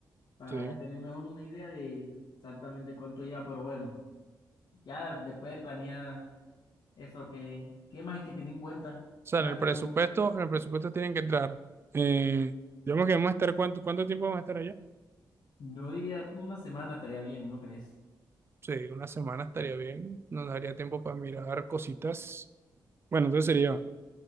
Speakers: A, on the left; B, on the right.
A: para
B: Sí.
A: ya
B: O
A: tener mejor una idea de exactamente cuánto lleva, pero bueno, ya después de planear eso, que qué más hay que tener en cuenta?
B: sea,
A: Ya
B: en el
A: tenemos,
B: presupuesto, en el presupuesto tienen que entrar. Eh, digamos que vamos a estar, ¿cuánto, cuánto tiempo vamos a estar allá?
A: yo diría una semana estaría bien, ¿no crees?
B: Sí, una semana estaría bien. Nos daría tiempo para mirar cositas. Bueno, entonces sería,